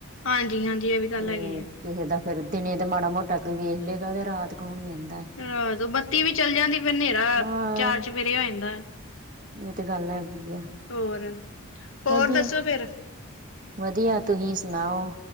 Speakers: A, on the left; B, on the right.
A: ਹਾਂਜੀ-ਹਾਂਜੀ, ਇਹ ਵੀ ਗੱਲ
B: ਤੇ
A: ਹੈਗੀ ਆ।
B: ਕਿਸੇ ਦਾ ਫੇਰ ਦਿਨ ਤੇ ਮਾੜਾ ਮੋਟਾ ਕੋਈ ਵੇਖ ਲਏਗਾ, ਤੇ ਰਾਤ ਕੌਣ ਵੈਦਾ।
A: ਆਹ ਤੇ ਬੱਤੀ ਵੀ ਚੱਲ ਜਾਂਦੀ ਫੇਰ ਨੇਰਾ
B: ਹਾਂ
A: ਚਾਰ ਚੁਫੇਰੇ ਹੋ ਜਾਂਦਾ।
B: ਇਹ ਤੇ ਗੱਲ ਹੈਗੀ ਆ
A: ਹੋਰ, ਹੋਰ
B: ਵਧੀਆ।
A: ਦੱਸੋ ਫੇਰ?
B: ਵਧੀਆ ਤੁਸੀਂ ਸੁਣਾਓ?